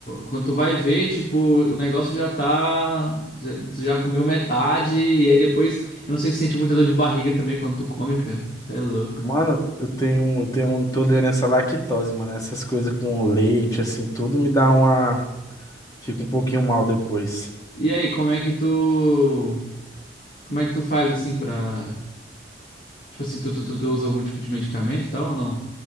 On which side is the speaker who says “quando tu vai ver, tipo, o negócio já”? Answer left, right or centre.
Left